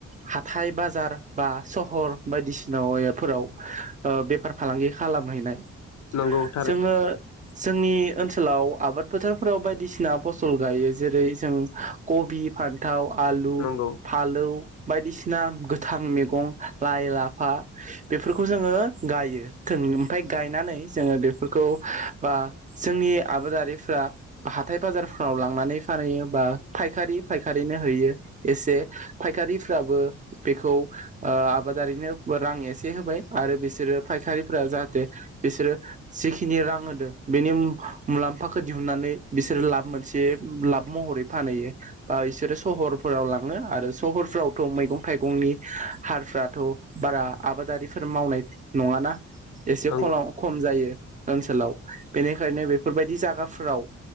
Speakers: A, on the right (about 25°); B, on the left (about 65°).
A: हाथाइ बाजार बा सहर बायदिसिनाफोराव ओ बेफार फालांगि खालामहैनाय
B: नंगौ थारै
A: जोङो जोंनि ओनसोलाव आबाद फोथारफोराव बायदिसिना फसल गायो जेरै जों कबि फान्थाव आलु
B: नंगौ
A: फालौ बायदिसिना गोथां मैगं लाइ लाफा बेफोरखौ जोङो गायो थों ओमफ्राय गायनानै जोङो बेफोरखौ बा जोंनि आबादारिफ्रा हाथाय बाजारफ्राव लांनानै फानहैयो बा फायखारि फायखारिनो होयो एसे फायखारिफ्राबो बेखौ ओ आबादारिनो रां एसे होबाय आरो बिसोरो फायखारिफ्रा जाहाथे बिसोरो जिखिनि रां होदो बेनि मुं मुलाम्फाखौ दिहुननानै बिसोरो लाब मोनसे लाब महरै फानहैयो बा बिसोरो सहरफोराव लाङो आरो सहरफ्रावथ' मैगं थाइगंनि हारफ्राथ' बारा आबादारिफोर मावनाय नङाना एसे
B: नंगौ
A: खलाव खम जायो ओनसोलाव बेनिखायनो बेफोरबायदि जागाफोराव